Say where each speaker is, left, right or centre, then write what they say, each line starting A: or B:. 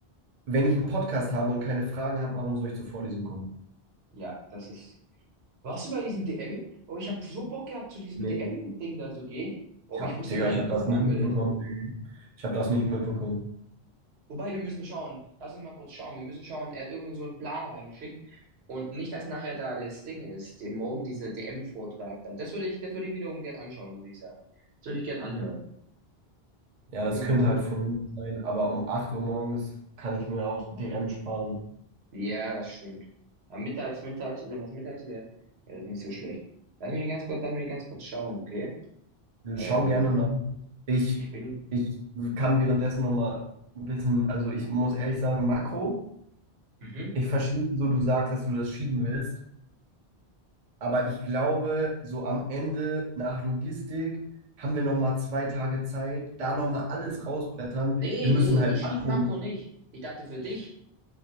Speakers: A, on the right; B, on the right.
A: wenn ich einen Podcast habe und keine Fragen habe, warum soll ich zur Vorlesung kommen?
B: Ja, das ist. Warst du bei diesem DM? Oh, ich habe so Bock gehabt, zu diesem
A: Nee,
B: DM-Ding da zu gehen. Oh,
A: ich hab,
B: ich wusste
A: Digga,
B: gar
A: ich
B: nicht,
A: habe
B: wo man
A: das
B: sich
A: nicht
B: anmeldet.
A: mitbekommen. Digga. Ich habe das nicht mitbekommen.
B: Wobei, wir müssen schauen. Lass uns mal kurz schauen. Wir müssen schauen. Er hat irgend so einen Plan reingeschickt. Und nicht, dass nachher da das Ding ist, den morgen dieser DM-Vortrag da. Das würde ich, das würde ich wiederum gern anschauen, muss ich sagen. Das würde ich gern anhören.
A: Ja,
B: Warum,
A: das
B: warum?
A: könnte halt for real sein, aber um 8 Uhr morgens kann ich mir auch DM sparen.
B: Ja, das stimmt. Am Mittags, mittags, wenn das mittags wäre, wäre das nicht so schlecht. Lass mich ganz kurz, lass mich ganz kurz schauen, okay? Ähm,
A: Schau gerne nach. Ich,
B: ich bin,
A: ich kann währenddessen nochmal ein bisschen, also ich muss ehrlich sagen, Makro,
B: mhm.
A: ich verstehe, wieso du sagst, dass du das schieben willst, aber ich glaube, so am Ende nach Logistik haben wir nochmal zwei Tage Zeit, da nochmal alles rausbrettern.
B: Nee,
A: Wir müssen
B: nee,
A: halt
B: ich
A: Makro.
B: schieb Marco nicht. Ich dachte für dich,